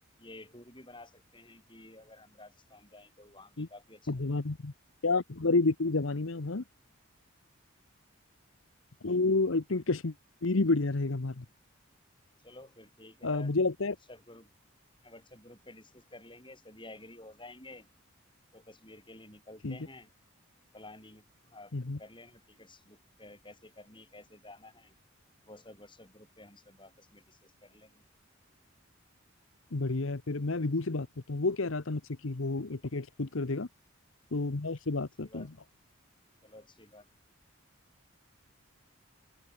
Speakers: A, on the left (about 25°); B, on the left (about 70°).
A: ये टूर भी बना सकते हैं कि अगर हम राजस्थान जाएं तो वहाँ भी
B: लिए
A: काफी अच्छा
B: जवानी
A: है
B: में क्या बड़ी बिखरी जवानी में हम हाँ तो आई थिंक कश्मीर ही बढ़िया रहेगा हमारे लिए।
A: चलो फिर ठीक है
B: अ, मुझे
A: व्हाट्सएप
B: लगता है
A: ग्रुप व्हाट्सएप ग्रुप पे डिस्कस कर लेंगे सभी एग्री हो जाएंगे तो कश्मीर के लिए निकलते
B: ठीक है
A: हैं प्लानिंग आप
B: हम्म,
A: कर लेना टिकट्स बुक कैसे करनी कैसे जाना है वो सब व्हाट्सएप ग्रुप पे हम सब आपस में डिस्कस कर लेंगे
B: बढ़िया है फिर मैं विभू से बात करता हूँ वो कह रहा था मुझसे कि वो टिकट खुद कर देगा तो मैं उससे
A: चलो
B: बात
A: अच्छी
B: करता
A: बात
B: हूँ
A: है चलो अच्छी बात है